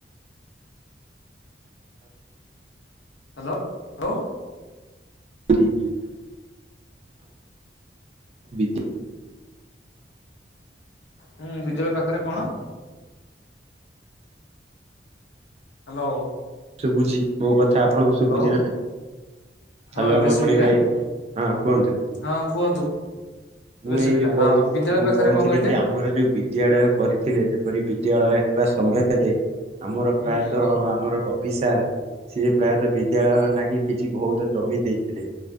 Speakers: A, on the left (about 80°); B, on the right (about 35°).
A: ହ୍ୟାଲୋ। ହଉ
B: ବି <inaudible>
A: ହୁଁ ବିଦ୍ୟାଳୟ ପାଖରେ କଣ? ହ୍ୟାଲୋ।
B: ଶୁଭୁଛି ମୋ କଥା ଆପଣଙ୍କୁ
A: ହ୍ୟାଲୋ
B: ଶୁଭୁଛିି ନାଁ ନାହିଁ?
A: ହଁ
B: ହ୍ୟାଲୋ
A: ଏବେ
B: ମଣି
A: ଶୁଭିଲା
B: ଭାଇ ହଁ କୁହନ୍ତୁ?
A: ହଁ କୁହନ୍ତୁ। ଏବେ
B: ମୁଁ
A: ଶୁଭିଲା
B: ଏଇ ଯୋଉ କହୁ
A: ହଁ ବିଦ୍ୟାଳୟ
B: ମୁଁ
A: ପାଖରେ
B: କହୁଥିଲି
A: କଣ କହିଲେ
B: କି ଆମର ଯୋଉ ବି ବିଦ୍ୟାଳୟ କରିଥିଲେ ଯେପରି ବିଦ୍ୟାଳୟ ହେବା ସମୟରେ ଆମର
A: ହୁଁ
B: ପ୍ରାୟତଃ ଆମର ର ବିଶାର ସିଏ ପ୍ରାୟତଃ ବିଦ୍ୟାଳୟ ନାଗି କିଛି ବହୁତ ଜମି ଦେଇଥିଲେ।